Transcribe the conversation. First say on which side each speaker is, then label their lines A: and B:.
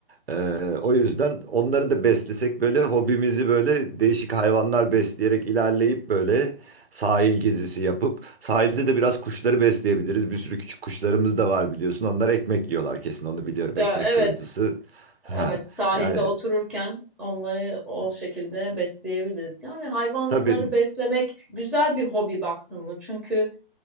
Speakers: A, on the right; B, in the centre.
A: E, o yüzden onları da beslesek böyle hobimizi böyle değişik hayvanlar besleyerek ilerleyip böyle sahil gezisi yapıp sahilde de biraz kuşları besleyebiliriz. Bir sürü küçük kuşlarımız da var biliyorsun. Onlar ekmek yiyorlar kesin onu biliyorum.
B: Ya
A: Ekmek
B: evet
A: kırıntısı. Ha
B: Evet, sahilde
A: yani
B: otururken onları o şekilde besleyebiliriz. Yani hayvanları
A: tabii
B: beslemek güzel bir hobi baktın mı? Çünkü